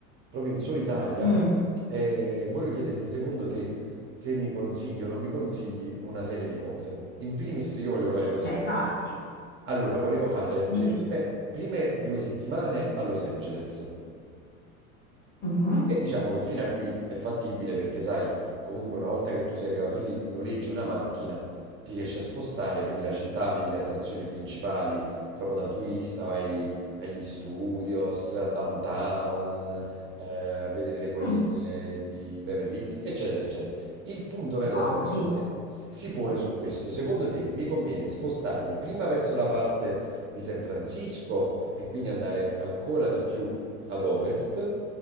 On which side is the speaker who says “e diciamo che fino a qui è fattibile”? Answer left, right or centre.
Right